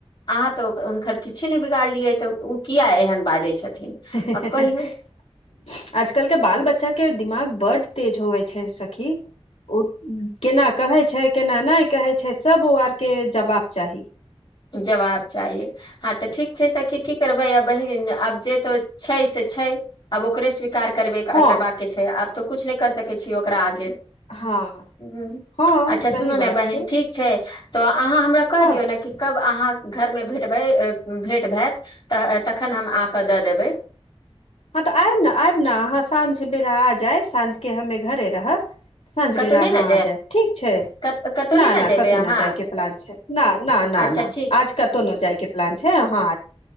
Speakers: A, on the left; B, on the left.
A: अहाँ तऽ हुनकर किछे नहि बिगाड़लियै तऽ ओ किया एहन बाजै छथिन
B: हे से
A: आब
B: जे
A: कहियौ
B: जे आजकल के बाल बच्चा के दिमाग बड्ड तेज होवे छै सखी ओ केना कहै छै केना नहि कहै छै सभ ओ आरके जवाब चाही
A: जवाब चाही हँ तऽ ठीक छै सखी की करबै अब ब आब जे तो छै से छै आब ओकरे स्वी कारबाके
B: हँ
A: छै आब तऽ कु नहि कर सकै छीय ओकरा आगे
B: हँ
A: हूँ
B: हँ
A: अच्छा
B: सही
A: सुनू न
B: बात
A: बहिन
B: छै
A: ठीक छै तऽ अहाँ हमरा कहि
B: हँ
A: दियौ न कि अहाँ घर मे भेटबै भेंट भैत तऽ तखन हम आ कऽ दऽ देबै <inaudible>
B: हँ तऽ आय न आयब न अहाँ साँझ बेरा आय जाइब साँझके हमे घरे रहब साँझ
A: कतहु
B: बेरा
A: नहि
B: अहाँ
A: ने
B: आ जायब ठीक छै
A: कत- कतहु नहि
B: ना
A: ने
B: ना
A: जेबै
B: कतौ
A: अहाँ
B: न जाय के प्लान छै न न न
A: अच्छा
B: न
A: ठीक
B: आज कतौ नै जाय के प्लान छै हाँ